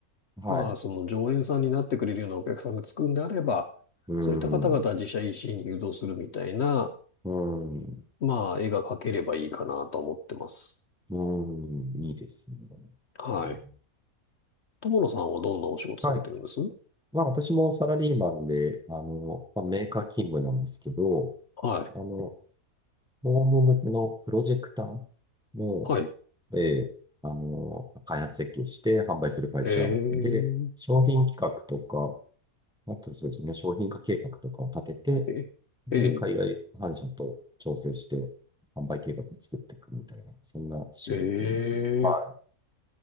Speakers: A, in the centre; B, on the left.
A: はい。
B: まあ、その常連さんになってくれるようなお客さんがつくんであれば、
A: うん、
B: そういった方々は自社 EC に誘導するみたいな、
A: うん、
B: まあ、絵が描ければいいかなと思ってます。
A: うん、いいですね。
B: はい。
A: うん
B: 友野さんはどんなお仕事されてるんです
A: はいまあ私もサラリーマンで、あの、まあ、メーカー勤務なんですけど、
B: はい。
A: あの、ホーム向けのプロジェクターの、
B: はい。
A: えーあの、開発設計して販売する会社で、
B: えー、
A: 商品企画とか、あとそうですね、商品化計画とかを立てて、
B: え、
A: で、
B: え
A: 海外販社と調整して、販売計画作っていくみたいな、そんな仕事ですね。
B: ー、え
A: は
B: ー、